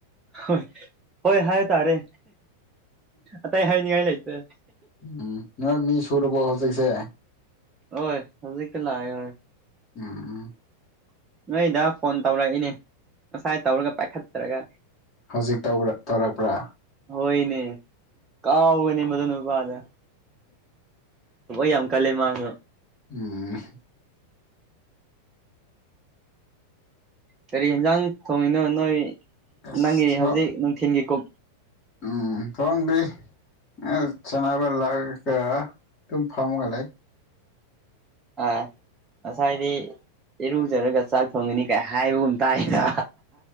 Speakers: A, on the right; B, on the left.
A: ꯍꯣꯏ ꯍꯣꯏ ꯍꯥꯏ ꯇꯥꯔꯦ ꯑꯇꯩ ꯍꯥꯏꯅꯤꯡꯉꯥꯏ ꯂꯩꯇꯦ
B: ꯎꯝ ꯅ ꯃꯤ ꯁꯨꯔꯔꯕꯣ ꯍꯧꯜ ꯆꯁꯦ
A: ꯍꯣꯏ ꯍꯧꯖꯤꯛꯇ ꯂꯥꯛꯑꯦ ꯍꯣꯏ
B: ꯎꯝ <inaudible> <unintelligible>
A: ꯅꯣꯏꯗ ꯐꯣꯟ ꯇꯧꯔꯛꯏꯅꯦ ꯉꯁꯥꯏ ꯇꯧꯔꯒ ꯄꯥꯏꯈꯠꯇꯔꯒ
B: ꯍꯧꯖꯤꯛ ꯇꯧꯔꯛꯄ꯭ꯔꯥ
A: ꯍꯣꯏꯅꯦ ꯀꯥꯎꯥꯎꯒꯅꯤ ꯃꯗꯨꯅꯕꯥꯥꯗ ꯌꯥꯝ ꯀꯜꯂꯦ ꯃꯥꯁꯨ
B: ꯎꯝ <unintelligible> <inaudible>
A: ꯀꯔꯤ ꯌꯦꯟꯖꯥꯡ ꯊꯣꯡꯉꯤꯅꯣ ꯅꯣꯏ
B: ꯑꯁ
A: ꯅꯪꯒꯤ ꯍꯧꯖꯤꯛ ꯅꯨꯡꯊꯤꯟꯒꯤ ꯀꯨꯛ
B: ꯎꯝ ꯊꯗ <inaudible> <unintelligible> ꯑ ꯆꯅꯥꯕ ꯂꯥꯛꯑꯒ ꯑꯗꯨꯝ ꯐꯝꯒ ꯂꯩ
A: ꯑ <inaudible> <unintelligible> ꯉꯁꯥꯏꯗꯤ ꯏꯔꯨꯖꯔꯒ ꯆꯥꯛ ꯊꯣꯡꯉꯅꯤ ꯀꯥꯏ ꯍꯥꯏꯕꯒꯨꯝ ꯇꯥꯏꯗ